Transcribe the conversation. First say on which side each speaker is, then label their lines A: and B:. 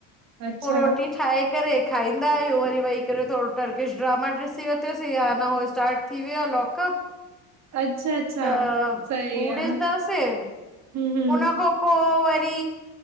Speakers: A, on the right; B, in the centre.
A: अच्छा,
B: पोइ रोटी ठाहे करे खाईंदा आहियूं, वरी वेही करे थोड़ो टर्किश ड्रामा डिस ॾिसि वतो सी, या नयो स्टार्ट थी वियो आ लॉकअप
A: अच्छा अच्छा,
B: त
A: सही
B: हू
A: आ।
B: ॾिसंदासीं
A: हूं, हूं,
B: उन खां पो पो वरी